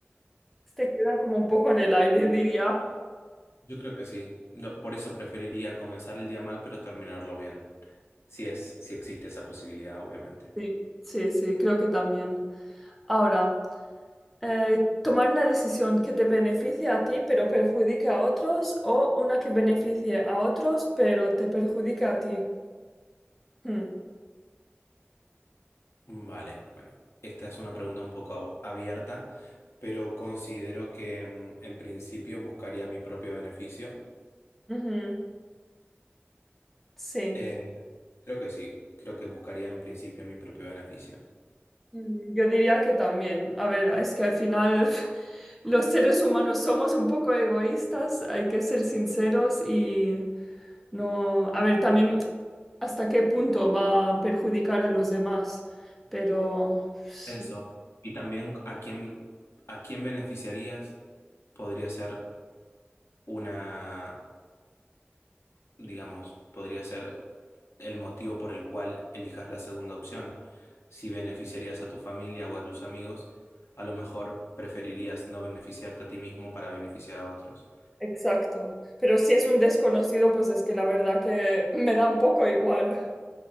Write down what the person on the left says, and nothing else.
Yo creo que sí. No, por eso preferiría comenzar el día mal, pero terminarlo bien. Si es, si existe esa posibilidad, obviamente.
Vale, bueno, esta es una pregunta un poco abierta, pero considero que mm, en principio buscaría mi propio beneficio.
Eh, creo que sí, creo que buscaría en principio mi propio beneficio.
Eso. Y también a quién, a quién beneficiarías podría ser una, digamos, podría ser el motivo por el cual elijas la segunda opción. Si beneficiarías a tu familia o a tus amigos, a lo mejor preferirías no beneficiarte a ti mismo para beneficiar a otros.